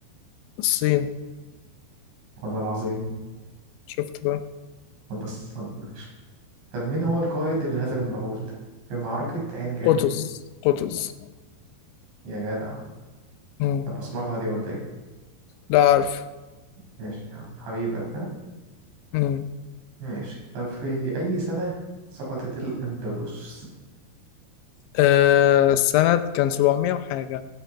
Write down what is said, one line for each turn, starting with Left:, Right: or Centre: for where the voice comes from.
Left: الصين
Right: ولا العظيم؟
Left: شفت بقى
Right: ولا الصين؟ ماشي طب مين هو القائد اللي هزم المغول في معركة عين جالوت؟
Left: قطز قطز
Right: يا جدع
Left: مم.
Right: طب بصمجها دي ولا إيه؟
Left: لا عارف
Right: ماشي يا عم، حبيبك ها
Left: مم.
Right: ماشي طب في أي سنة سقطت الأندلس
Left: آه السنة كان 700 وحاجة